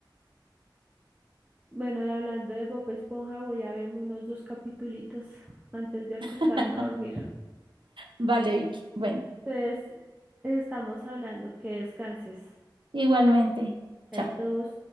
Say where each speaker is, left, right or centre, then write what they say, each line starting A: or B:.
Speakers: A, on the right (about 20°); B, on the right (about 70°).
A: Bueno, y hablando de Bob Esponja, voy a verme unos dos capitulitos antes de acostarme
B: <laughs>
A: a dormir.
B: Vale, Vicky. Bueno,
A: Entonces, estamos hablando que descanses.
B: igualmente.
A: Chaitos.
B: Chao.